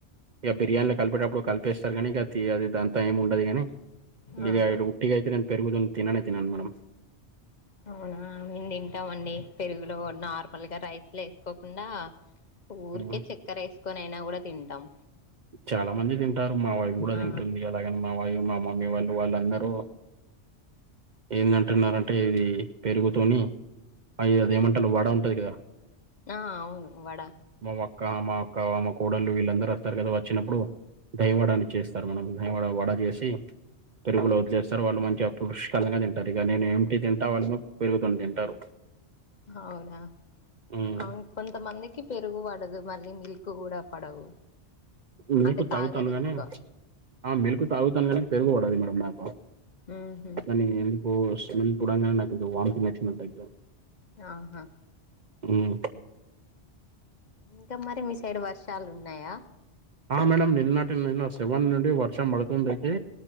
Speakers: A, on the right (about 50°); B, on the left (about 45°).
A: ఇగ బిర్యానీలో కలిపేటప్పుడు కలిపేస్తారు కానీ ఇగ తి అది దాని టైం ఉండది కాని
B: ఆహా
A: ఇగ ఉట్టిగా అయితే నేను పెరుగుతోని తిననే తినను మేడం
B: అవునా మేమ్ తింటాం అండి పెరుగులో నార్మల్గా రైస్లు ఎసుకోకుండా ఊరికే
A: హ్మ్.
B: చక్కెర ఎసుకొని అయినా కూడా తింటాం
A: చాలా మంది తింటారు మా వైఫ్ కూడా
B: ఆ
A: తింటుంది అలాగని మా వై మా మమ్మీ వాళ్ళు వాళ్ళందరూ ఏందంటున్నారంటే ఇది పెరుగుతోని అ అది ఏమంటరు వడ ఉంటది కదా
B: ఆ అవును వడా
A: మా వక్క మా అక్క మా కోడలు వీళ్ళందరూ వస్తారు కదా వచ్చినప్పుడు దహివడ అని చేస్తారు మేడం దహివడ వడ చేసి పెరుగులో వదిలేస్తారు వాళ్ళ మంచి అప్పు పుష్కలంగ తింటారు ఇగ నేనేం టి తింటా వాళ్ళేమో పెరుగుతోని తింటారు
B: అవునా
A: హ్మ్.
B: అవు కొంతమందికి పెరుగు పడదు మళ్ళీ మీకు కూడా పడవు
A: మిల్కు
B: అంటే
A: తాగుతాను
B: తాగరు
A: గాని
B: ఎందుకో
A: ఆ మిల్కు తాగుతాను కానీ పెరుగుపడది మేడం నాకు
B: ఉహు
A: నీ ఎందుకో స్మెల్ చూడంగానే నాకు అయితే వామ్థింగ్ వచ్చినట్టు అయితది
B: ఆహా
A: హ్మ్
B: ఇంకా మరి మీ సైడ్ వర్షాలు ఉన్నాయా
A: ఆ మేడం నిన్నటి నిన్న సెవెన్ నుండి వర్షం పడుతుంది అయితే